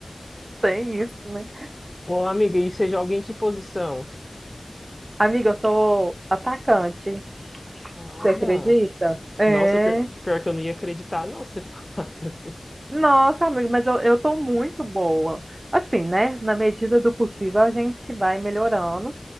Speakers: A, on the right; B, on the left.
A: Tem isso, né?
B: Ô, amiga, e você joga em que posição?
A: Amiga, eu sou atacante.
B: Ah,
A: Você
B: Olha,
A: acredita? É.
B: nossa, pior, pior que eu não ia acreditar, não, se <laughs> você falasse assim.
A: Nossa, amiga, mas eu, eu tô muito boa. Assim, né? Na medida do possível, a gente vai melhorando